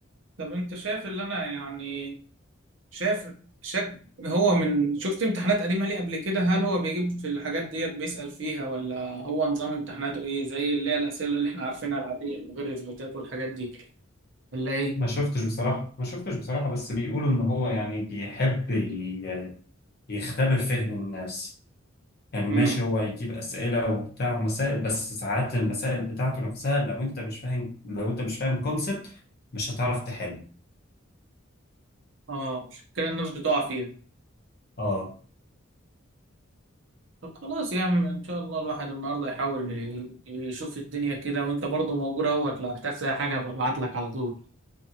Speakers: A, on the right; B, on the left.
A: طب انت شايف اللي انا يعني شايف شك هو من شفت امتحانات قديمه ليه قبل كده هل هو بيجيب في الحاجات ديت بيسأل فيها ولا هو نظام امتحاناته ايه زي اللي هي الاسئله اللي احنا عارفينها العاديه من غير اثباتات والحاجات دي ولا ايه
B: ما شفتش بصراحة ما شفتش بصراحة بس بيقولوا إن هو يعني بيحب ي- يختبر فهم الناس يعني ماشي
A: امم
B: هو يجيب أسئلة وبتاع ومسائل بس ساعات المسائل بتاعته نفسها لو أنت مش فاهم لو أنت مش فاهم كونسبت مش هتعرف تحل
A: اه مش كده الناس بتقع فيها
B: آه
A: طب خلاص يا عم ان شاء الله الواحد النهارده يحاول ي- يشوف الدنيا كده وانت برضه موجود اهوت لو احتجت اي حاجه ببعت لك على طول